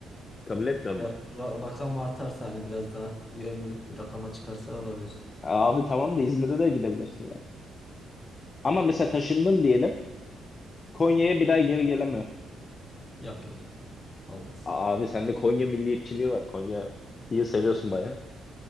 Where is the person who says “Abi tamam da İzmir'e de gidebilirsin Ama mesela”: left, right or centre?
Left